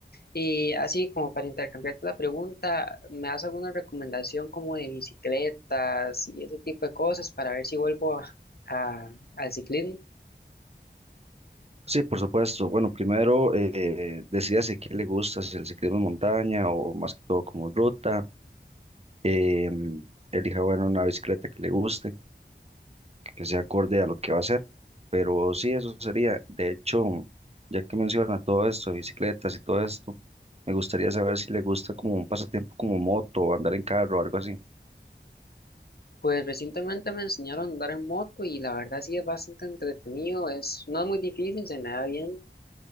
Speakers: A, on the left; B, on the right.
A: Y así como para intercambiarte la pregunta, ¿me das alguna recomendación como de bicicletas y ese tipo de cosas para ver si vuelvo a, a- al ciclismo?
B: Sí, por supuesto. Bueno, primero eh, decídase qué le gusta, si el ciclismo en montaña o más que todo como ruta. em, elija, bueno, una bicicleta que le guste que sea acorde a lo que va a hacer. Pero sí, eso sería. De hecho, ya que menciona todo esto, de bicicletas y todo esto, me gustaría saber si le gusta como un pasatiempo como moto o andar en carro o algo así.
A: Pues recientemente me enseñaron a andar en moto y la verdad sí es bastante entretenido, es, no es muy difícil, se me da bien